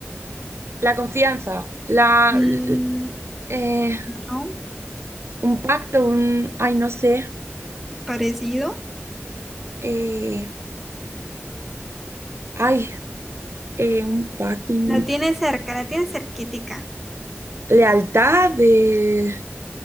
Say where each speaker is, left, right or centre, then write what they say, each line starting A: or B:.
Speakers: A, on the right (about 65°); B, in the centre.
A: La confianza, la...
B: Mm,
A: eh,
B: no,
A: un pacto, un... Ay, no sé.
B: parecido.
A: Eh, Ay, eh, un pacto, un
B: La tiene cerca, la tiene cerquitica.
A: Lealtad, de